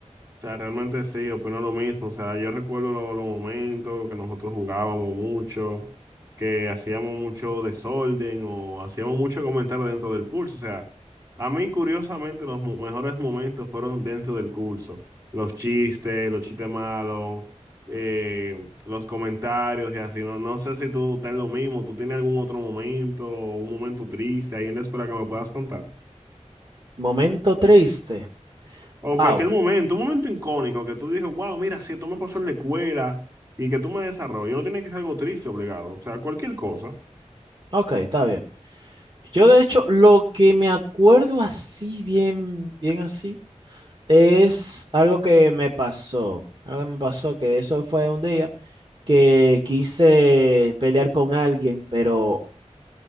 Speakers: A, on the right; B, on the right.
A: O sea, realmente sí, opino lo mismo. O sea, yo recuerdo lo- los momentos que nosotros jugábamos mucho, que hacíamos mucho desorden o hacíamos mucho comentario dentro del curso. O sea, a mí curiosamente los mo- mejores momentos fueron dentro del curso. Los chistes, los chistes malos, eh, los comentarios y así. No, no sé si tú estás en lo mismo, tú tienes algún otro momento, un momento triste ahí en la escuela que me puedas contar.
B: Momento triste.
A: O
B: Wow.
A: cualquier momento, un momento icónico que tú dices, wow, mira, si esto me pasó en la escuela y que tú me desarrolles, no tiene que ser algo triste, obligado, o sea, cualquier cosa.
B: Ok, está bien. Yo, de hecho, lo que me acuerdo así, bien, bien así, es algo que me pasó. Algo que me pasó, que eso fue un día que quise pelear con alguien, pero